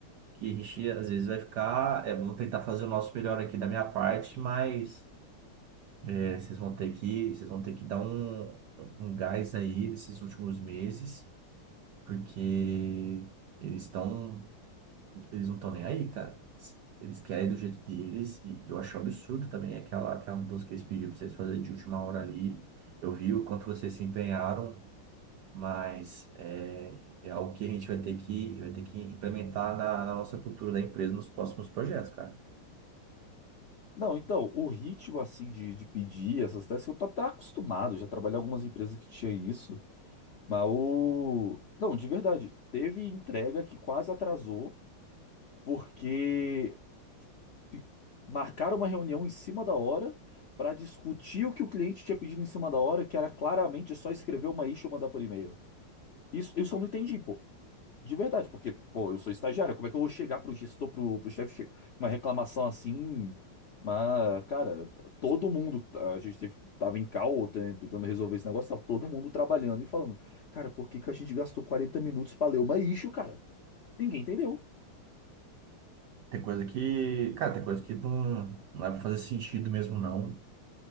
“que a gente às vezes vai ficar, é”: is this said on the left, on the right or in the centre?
Right